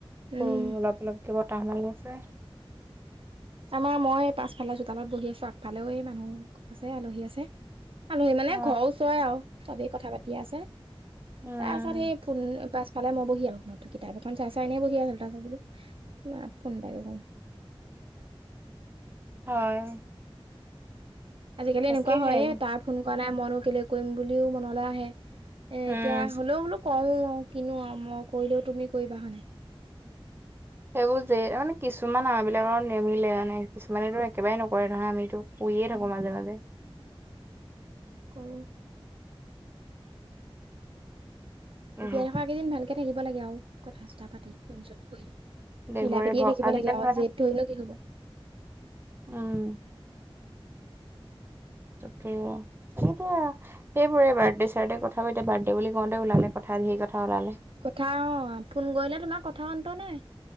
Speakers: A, on the right (about 65°); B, on the right (about 25°).
A: উম,
B: অ অলপ অলপ দিব টান <unintelligible>
A: আমাৰ মই পাছফালা চোতালত বহি আছোঁ আগফালেও মানুহ আছে আলহী আছে। আলহী মানে
B: অ
A: ঘৰৰ ওচৰৰে আৰু, চবেই কথা পাতি আছে।
B: উম
A: তাৰছত সেই ফুন পাঁচ ফালে মই বহি আহো কিতাপ এখন চাই চাই এনে বহি আছিলোঁ তাছত বোলোঁ না ফোন এটাকে কওং <inaudible>
B: হয়
A: আজিকালি এনেকুৱা
B: তাকেহে
A: হয়য়ে
B: এইবোৰ
A: তাই ফোন কৰা নাই মইনো কেলে কৰিম বুলিও মনলে আহে। এ
B: উম
A: এতিয়া হ'লেও বোলো কও কিনো আৰু মই কৰিলেও তুমি কৰিবা হয় নাই?
B: সেইবোৰ যে মানে কিছুমান আমাৰ বিলাকৰ নেমিলে মানে কিছুমানেতো একেবাৰে নকৰে ধৰা আমিতো কইয়ে
A: উম,
B: থাকো মাজে মাজে।
A: কৰোঁ
B: উম
A: জীয়াই থকা কেইদিন ভালকে থাকিব লাগে আও কথা চথা পাতি ফোন চোন কৰি।
B: দেঘৰে
A: মিলাপীতিকে
B: ভ
A: থাকিব
B: আজিকালি
A: লাগে আও
B: মানে
A: জেদ ধৰিনো কি হব।
B: উম
A: <inaudible>
B: তাকে সেইটোৱে আৰু সেইবোৰে বাৰ্থডে চাদডে কথাব এতিয়া বাৰ্থডে বুলি কওঁতে ওলালে কথা ধেই কথা ওলালে
A: কথা অ ফোন কৰিলে তোমাৰ কথা অন্ত নাই